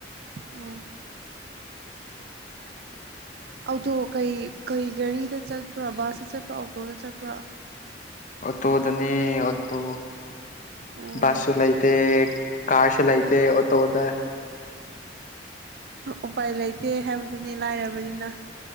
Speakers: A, on the right; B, on the left.
A: ꯎꯝ ꯑꯣꯇꯣ ꯀꯩ ꯀꯩ ꯒꯥꯔꯤꯗ ꯆꯠꯄ꯭ꯔꯥ ꯕꯁꯇ ꯆꯠꯄ꯭ꯔꯥ ꯑꯣꯇꯣꯗ ꯆꯠꯄ꯭ꯔꯥ
B: ꯑꯣꯇꯣ ꯗꯅꯦ ꯑꯣꯇꯣ
A: ꯑꯣ
B: ꯕꯁ ꯁꯨ ꯂꯩꯇꯦ ꯀꯥꯔꯁꯨ ꯂꯩꯇꯦ ꯇꯣꯗ
A: ꯎꯄꯥꯏ ꯂꯩꯇꯦ ꯍꯥꯏꯕꯗꯨꯅꯤ ꯂꯥꯏꯔꯕꯅꯤꯅ